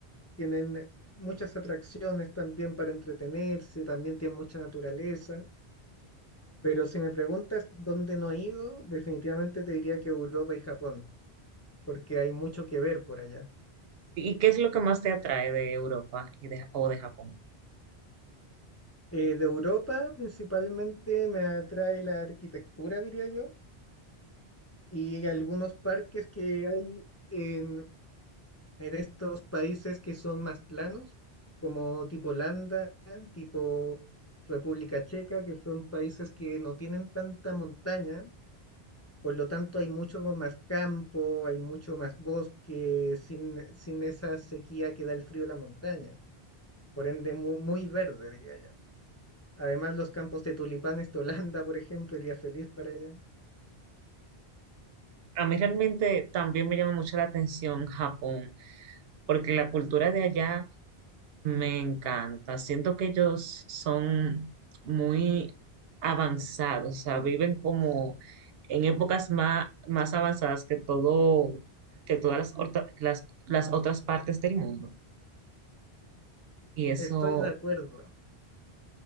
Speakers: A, on the left; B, on the right.
A: tienen muchas atracciones también para entretenerse, también tienen mucha naturaleza. Pero si me preguntas dónde no he ido, definitivamente te diría que Europa y Japón, porque hay mucho que ver por allá.
B: ¿Y qué es lo que más te atrae de Europa y de, o de Japón?
A: Eh, de Europa principalmente me atrae la arquitectura, diría yo y algunos parques que hay en, en estos países que son más planos, como tipo Holanda, tipo República Checa, que son países que no tienen tanta montaña, por lo tanto hay mucho más campo, hay mucho más bosque, sin, sin esa sequía que da el frío de la montaña, por ende mu- muy, verde, diría yo. Además, los campos de tulipanes de Holanda, por ejemplo, iría feliz para allá.
B: A mí realmente también me llama mucho la atención Japón. porque la cultura de allá me encanta. Siento que ellos son muy avanzados, o sea, viven como en épocas más, más avanzadas que todo, que todas las, orta- las, las otras partes del mundo. Y eso,
A: Estoy de acuerdo.